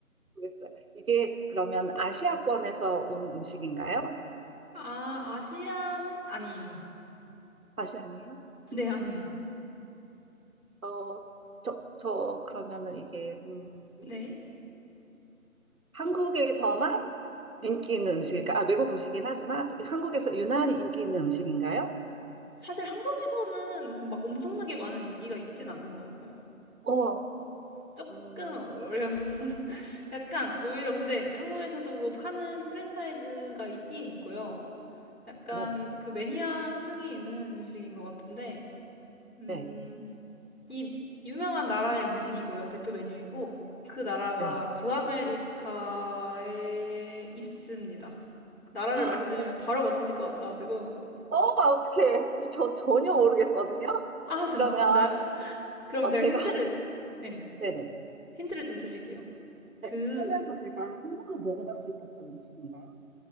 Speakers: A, on the right (about 70°); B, on the left (about 45°).
A: 모르겠어요. 이게 그러면 아시아권에서 온 음식인가요?
B: 아, 아시아는 아니에요.
A: 아시아니에요?
B: 네,
A: 음,
B: 아니에요.
A: 어, 저, 저, 그러면은 이게, 음,
B: 네.
A: 한국에서만 인기 있는 음식일까? 아, 외국 음식이긴 하지만 한국에서 유난히 인기 있는 음식인가요?
B: 사실 한국에서는 막 엄청나게 많은 인기가 있진 않은 것 같아요.
A: 어,
B: 조금
A: 음,
B: 어려운. <laughs> 약간 오히려 근데 한국에서도 뭐 하는 프랜차이즈가 있긴 있고요. 약간
A: 네.
B: 그 매니아층이 있는 음식인 것 같은데, 음,
A: 네,
B: 이 유명한 나라의 음식이고요. 대표 메뉴이고, 그 나라가
A: 네.
B: 북아메리카에 있습니다. 나라를 말씀드리면
A: 어, 어,
B: 바로 맞추실 것 같아가지고.
A: 아, 어떡해. 저 전혀 모르겠거든요.
B: 아, 전,
A: 그러면
B: 진짜요? 그럼
A: 어,
B: 제가
A: 제가
B: 힌트를,
A: 한, 번,
B: 네,
A: 네네.
B: 힌트를 좀 드릴게요. 그
A: 네, 하면서 제가 한 번도 먹어봤을 법한 음식인가요?